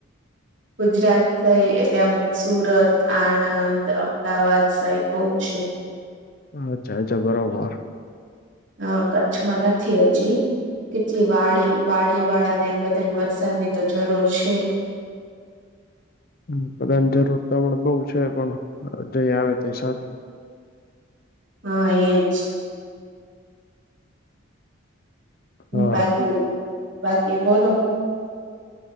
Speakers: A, on the right (about 65°); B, on the left (about 45°).
A: <inaudible> ગુજરાત સાઈડ એટલે આમ સુરત આણંદ અમદાવાદ સાઈડ બહુ છે
B: અચ્છા અચ્છા બરોબર
A: હ કચ્છમાં નથી હજી કેટલી વાડી વાડી વાળા ને બધાને વરસાદ ની તો જરૂર છે
B: હ બધાની જરૂર તો પણ બઉ છે પણ જઈ આવે ત સારુ
A: હા એજ હમ્મ
B: હા
A: બાકી બો બાકી બોલો